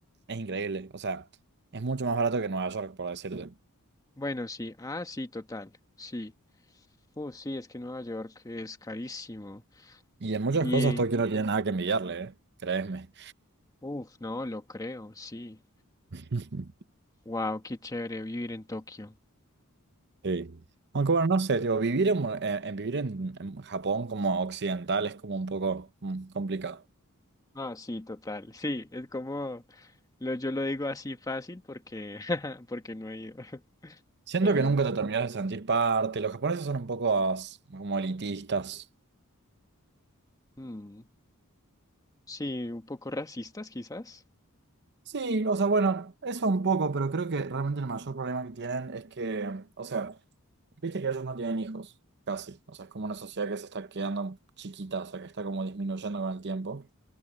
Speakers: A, on the right; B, on the left.
A: es increíble, o sea, es mucho más barato que Nueva York, por decirte.
B: Bueno, sí, ah, sí, total, sí. Uh, sí, es que Nueva York es carísimo.
A: Y en muchas
B: Y,
A: cosas Tokio no tiene nada que envidiarle, ¿eh? Créeme.
B: uff, no, lo creo, sí.
A: <laughs>
B: Wow, qué chévere vivir en Tokio.
A: Sí. Aunque bueno, no sé, tipo, vivir en, Mon- en- en- vivir en, en Japón como occidental es como un poco mm, complicado.
B: Ah, sí, total, sí, es como, lo, yo lo digo así fácil porque, <laughs> porque no he ido, <laughs>
A: Siento
B: pero,
A: que nunca te terminas de sentir parte. Los japoneses son un poco as- como elitistas.
B: mm, sí, un poco racistas quizás.
A: Sí, o sea, bueno, eso un poco, pero creo que realmente el mayor problema que tienen es que, o sea, viste que ellos no tienen hijos, casi. O sea, es como una sociedad que se está quedando chiquita, o sea, que está como disminuyendo con el tiempo.